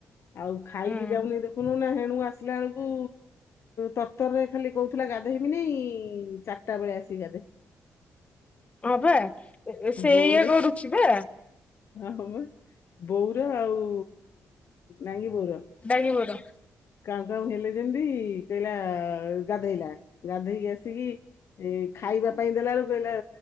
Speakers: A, on the left; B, on the left.
A: ଆଉ ଖାଇକି
B: ହୁଁ।
A: ଯାଉନେଇ ଦେଖୁନୁ ନା, ହେଣୁ ଆସିଲା ବେଳକୁ ତରତରରେ ଖାଲି କହୁଥିଲା ଗାଧୋଇବିନେଇ, ଚାରଟା ବେଳେ ଆସିକି ଗାଧୋଇବି।
B: ହଁ ବା, ସେଇଆ
A: ବୋଉର
B: କରୁଛି ବା।
A: ହଁ ହବ, ବୋଉର ଆଉ ନାଙ୍ଗି ବୋଉର
B: ଡାଙ୍ଗି ବୋଉର?
A: କାଉଁ କାଉଁ ହେଲେ ଯେନ୍ତି କହିଲା ଗାଧେଇଲା। ଗାଧେଇକି ଆସି ଆସିକି ଏ ଖାଇବା ପାଇଁ ଦେଲା ବେଳକୁ କହିଲା,